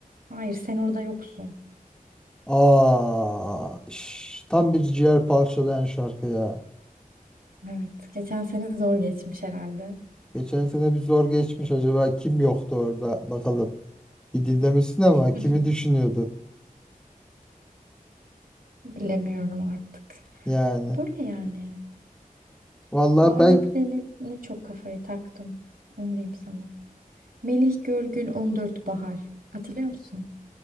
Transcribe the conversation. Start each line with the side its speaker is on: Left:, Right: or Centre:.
Right: Hayır sen orada yoksun.
Centre: Aa, şş, tam bir ciğer parçalayan şarkı ya.
Right: Evet. Geçen sene zor geçmiş herhalde.
Centre: Geçen sene bir zor geçmiş acaba kim yoktu orada bakalım. Bir dinlemişsin ama
Right: <laughs>
Centre: kimi düşünüyordun
Right: Bilemiyorum artık.
Centre: yani.
Right: Böyle yani.
Centre: Vallahi
Right: Bu ara
Centre: ben
Right: bir de ne, ne çok kafayı taktım. Onu diyeyim sana. Melih Görgün 14 Bahar. Hatırlıyor musun?